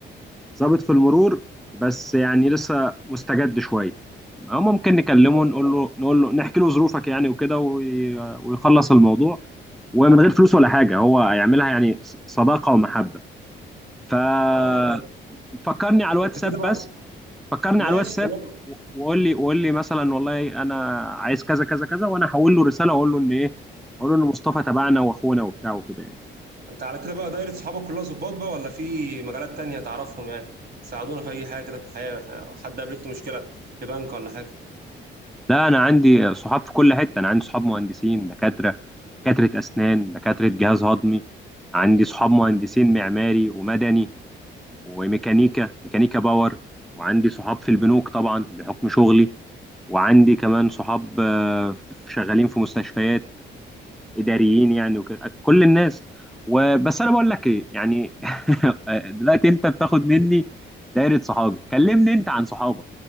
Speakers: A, in the centre; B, on the right.
A: ضابط في المرور بس يعني لسه مستجد شوية أو ممكن نكلمه
B: اه
A: نقول له نقول له نحكي له ظروفك يعني وكده وي- ويخلص الموضوع ومن غير فلوس ولا حاجة هو هيعملها يعني ص- صداقة ومحبة ففكرني
B: اه انت
A: على الواتساب
B: انت كده بقى
A: بس فكرني
B: ماشي
A: على الواتساب
B: تمام
A: و- وقول لي وقول لي مثلا والله انا عايز كذا كذا كذا وانا هحول له رساله واقول له ان ايه اقول له ان مصطفى تبعنا واخونا وبتاع وكده يعني
B: انت على كده بقى دايرة صحابك كلها ظباط بقى ولا في مجالات تانية تعرفهم يعني يساعدونا في اي حاجة كده في الحياة احنا حد قابلته مشكلة في بنك ولا حاجة
A: لا انا عندي صحاب في كل حته انا عندي صحاب مهندسين دكاتره دكاتره اسنان دكاتره جهاز هضمي عندي صحاب مهندسين معماري ومدني وميكانيكا ميكانيكا باور وعندي صحاب في البنوك طبعا بحكم شغلي وعندي كمان صحاب آه، شغالين في مستشفيات اداريين يعني وكده كل الناس وبس انا بقول لك ايه يعني <laughs> دلوقتي انت بتاخد مني دايره صحابي كلمني انت عن صحابك